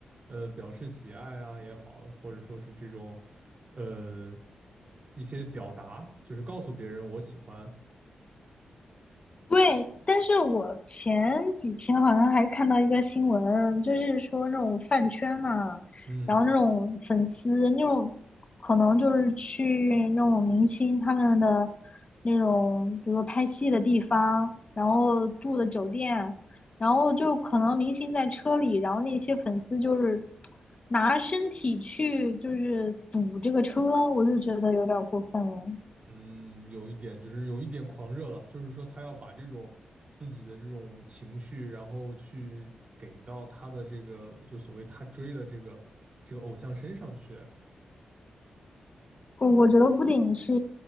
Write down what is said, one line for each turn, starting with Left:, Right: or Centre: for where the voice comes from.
Right: 呃表示喜爱啊也好，或者说是这种呃一些表达，就是告诉别人我喜欢，
Left: 对，但是我前几天好像还看到一个新闻，就是说那种饭圈嘛，
Right: 嗯
Left: 然后那种粉丝，那种可能就是去那种明星他们的那种，比如说拍戏的地方，然后住的酒店，然后就可能明星在车里，然后那些粉丝就是拿身体去就是堵这个车，我就觉得有点过分了。
Right: 嗯，有一点就是有一点狂热了，就是说他要把这种自己的这种情绪，然后去给到他的这个就所谓他追的这个这个偶像身上去啊，
Left: 我我觉得不仅是